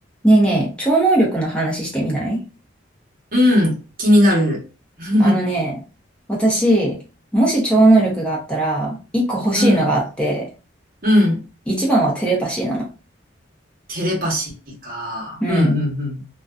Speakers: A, in the centre; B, on the right (about 50°).
A: ねえねえ、超能力の話してみない
B: うん、気になる。<laughs>
A: あのね、私、もし超能力があったら、一個欲しいのがあって、
B: うん、うん。
A: 一番はテレパシーなの。
B: テレパシーか。
A: うん。
B: うん、うん、うん。